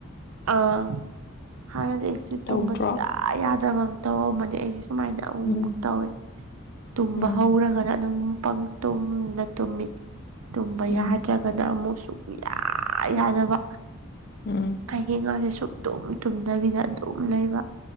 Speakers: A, on the right; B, on the left.
A: ꯑꯥ ꯍꯥꯟꯅꯗꯤ ꯑꯩꯁꯨ
B: ꯇꯧꯗ꯭ꯔꯣ
A: ꯇꯨꯝꯕ ꯁꯨꯡꯌꯥ ꯌꯥꯗꯕ ꯑꯃ ꯇꯧꯔꯑꯝꯕꯅꯤ ꯑꯩꯁꯨ ꯁꯨꯃꯥꯏꯅ ꯑꯍꯨꯃꯨꯛ
B: ꯎꯝ
A: ꯇꯧꯋꯦ ꯇꯨꯝꯕ
B: ꯎꯝ
A: ꯍꯧꯔꯒꯅ ꯑꯗꯨꯝ ꯇꯨꯝꯅ ꯇꯨꯝꯃꯤ ꯇꯨꯝꯝꯕ
B: ꯎꯝ
A: ꯌꯥꯖ ꯑꯗ ꯑꯃꯨꯛ ꯁꯨꯡꯌꯥ ꯌꯥꯗꯕ
B: ꯎꯝ
A: ꯑꯍꯤꯡꯒꯥꯁꯦ ꯁꯨꯛ ꯇꯨꯝ ꯇꯨꯝꯗꯕꯤꯗ ꯑꯗꯨꯝ ꯂꯩꯕ